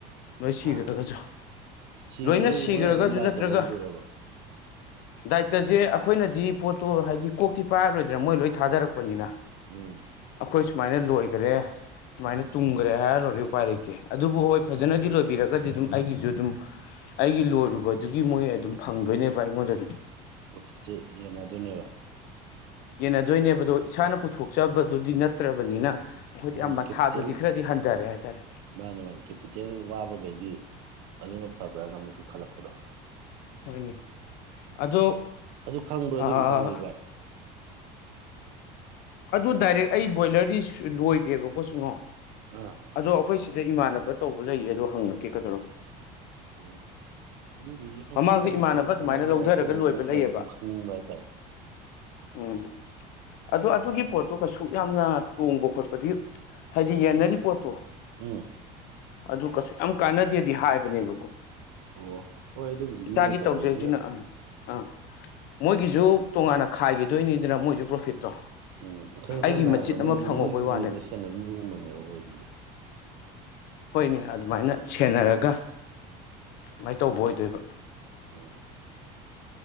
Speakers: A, on the left; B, on the right.
A: ꯂꯣꯏ ꯁꯤꯈ꯭ꯔꯒꯁꯨ
B: ꯍꯥ ꯁꯤꯔꯒꯁꯨ
A: ꯂꯣꯏꯅ ꯁꯤꯈ꯭ꯔꯒꯁꯨ
B: ꯃꯣꯏꯅ ꯑꯗꯨꯝ ꯗꯥꯏꯇ
A: ꯅꯠꯇ꯭ꯔꯒ
B: ꯂꯧꯗꯣꯏꯔꯕ
A: ꯗꯥꯏꯇꯁꯦ ꯑꯩꯈꯣꯏꯅꯗꯤ ꯄꯣꯠꯇꯣ ꯍꯥꯏꯗꯤ ꯀꯣꯛꯇꯤ ꯄꯥꯏꯔꯔꯣꯏꯗꯅ ꯃꯣꯏ ꯂꯣꯏ ꯊꯥꯗꯔꯛꯄ ꯄꯅꯤꯅ
B: ꯎꯝ
A: ꯑꯩꯈꯣꯏ ꯁꯨꯃꯥꯏꯅ ꯂꯣꯏꯒꯔꯦ꯫ ꯁꯨꯃꯥꯏꯅ ꯇꯨꯝꯒꯔꯦ ꯍꯥꯏꯔ ꯂꯣꯏꯔꯦ ꯎꯄꯥꯏ ꯂꯩꯇꯦ ꯑꯗꯨꯕꯨ ꯍꯣꯏ ꯐꯖꯅꯗꯤ ꯂꯣꯏꯕꯤꯔꯒꯗꯤ ꯑꯗꯨꯝ ꯑꯩꯒꯤꯁꯨ ꯑꯗꯨꯝ ꯑꯩꯒꯤ ꯂꯣꯏꯔꯨꯕꯗꯨꯒꯤ ꯃꯣꯏ ꯑꯗꯨꯝ ꯐꯪꯗꯣꯏꯅꯦꯕ ꯑꯩꯉꯣꯟꯗꯗꯨꯝ
B: <unintelligible> ꯌꯦꯟꯅꯗꯣꯏꯅꯦꯕ
A: ꯌꯦꯟꯅꯗꯣꯏꯅꯦꯕ ꯑꯗꯣ ꯏꯁꯥꯅ ꯄꯨꯊꯣꯛꯆꯕꯗꯨꯗꯤ ꯅꯠꯇ꯭ꯔꯕꯅꯤꯅ ꯑꯩꯈꯣꯏꯗꯤ
B: ꯃꯥꯅ
A: ꯑꯥ ꯃꯊꯥꯗꯨꯗꯤ
B: ꯀꯦꯄꯤꯇꯦꯜ
A: ꯈꯔꯗꯤ ꯍꯟꯗꯔꯦ ꯍꯥꯏꯇꯥꯔꯦ
B: ꯃꯥꯅꯦ ꯃꯥꯅꯦ ꯀꯦꯄꯤꯇꯦꯜ ꯋꯥꯕꯈꯩꯗꯤ ꯑꯗꯨꯅ ꯐꯕ꯭ꯔꯅ ꯑꯃꯨꯛꯁꯨ ꯈꯜꯂꯛꯄꯗꯣ
A: ꯍꯣꯏꯅꯦ ꯑꯗꯨ
B: ꯑꯗꯨ ꯈꯪꯕ꯭ꯔꯥ ꯑꯗꯨꯏ
A: ꯑꯥ
B: ꯃꯇꯥꯡꯗꯤ ꯚꯥꯏ
A: ꯑꯗꯨ ꯗꯥꯏꯔꯦꯛ ꯑꯩ ꯕꯣꯏꯂꯔꯗꯤ ꯁꯨ ꯂꯣꯏꯗꯦꯕꯀꯣ ꯁꯨꯉꯣꯏ
B: ꯑꯥ
A: ꯑꯗꯣ ꯑꯩꯈꯣꯏ ꯁꯤꯗ ꯏꯃꯥꯟꯅꯕ ꯇꯧꯕ ꯂꯩꯌꯦ ꯑꯗꯣ ꯍꯪꯉꯛꯀꯦ ꯀꯩꯗꯧꯔꯒꯦ
B: ꯑꯣ ꯑꯗꯨꯗꯨꯖꯨ ꯁꯨꯝ
A: ꯃꯃꯥꯡꯗ
B: ꯀꯩ
A: ꯏꯃꯥꯟꯅꯕ
B: ꯀꯩ
A: ꯑꯗꯨꯃꯥꯏꯅ
B: ꯀꯃꯥꯏ ꯀꯃꯥꯏꯅ
A: ꯂꯧꯊꯔꯒ
B: ꯇꯧꯕ
A: ꯂꯣꯏꯕ
B: ꯈꯣꯠꯄ
A: ꯂꯩꯌꯦꯕ
B: ꯑꯗꯨ ꯁꯨꯝ ꯈꯪꯅꯤꯡꯕ ꯍꯥꯏꯇꯥꯔꯦ
A: ꯎꯝ ꯑꯗꯣ ꯑꯥ ꯑꯗꯨꯒꯤ ꯄꯣꯠꯇꯣ ꯀꯩꯁꯨꯛ ꯌꯥꯝꯅ ꯇꯣꯡꯕ ꯈꯣꯠꯄꯗꯤ ꯍꯥꯏꯗꯤ ꯌꯦꯟꯅꯔꯤ ꯄꯣꯠꯇꯣ
B: ꯑꯣ
A: ꯑꯗꯨ ꯀꯩꯁꯨꯛ ꯌꯥꯝ ꯀꯥꯟꯅꯗꯦꯗꯤ ꯍꯥꯏꯕꯅꯦꯕꯀꯣ
B: ꯑꯣ ꯍꯣꯏ ꯑꯗꯨꯕꯨꯗꯤ
A: ꯏꯁꯥꯒꯤ
B: ꯃꯤꯅ ꯇꯧꯔꯕꯅꯤꯅ
A: ꯇꯧꯖꯔꯤꯖꯤꯅ ꯑꯥ ꯑꯥ ꯃꯣꯏꯒꯤꯁꯨ ꯇꯣꯉꯥꯟꯅ ꯈꯥꯏꯈꯤꯗꯣꯏꯅꯤꯗꯅ ꯃꯣꯏꯁꯨ ꯄ꯭ꯔꯣꯐꯤꯠꯇꯣ
B: ꯎꯝ ꯏꯁꯦꯝ
A: ꯑꯩꯒꯤ
B: ꯁꯝꯅ
A: ꯃꯆꯤꯠ
B: ꯍꯥꯏꯔꯕꯗ
A: ꯑꯃ
B: ꯃꯣꯏꯁꯨ
A: ꯐꯪꯍꯧꯕꯩ
B: ꯃꯣꯏꯒꯤ
A: ꯋꯥꯅꯦꯕ
B: ꯌꯦꯟꯗꯣ ꯁꯦꯟꯅꯕꯤꯕꯒꯨꯝꯕꯅꯦꯕ ꯑꯣꯏꯗꯣꯖꯦ
A: ꯍꯣꯏꯅꯦ ꯑꯗꯨꯃꯥꯏꯅ ꯁꯦꯟꯅꯔꯒ ꯑꯗꯨꯃꯥꯏ ꯇꯧꯕ ꯑꯣꯏꯗꯣꯏꯕ
B: ꯎꯝ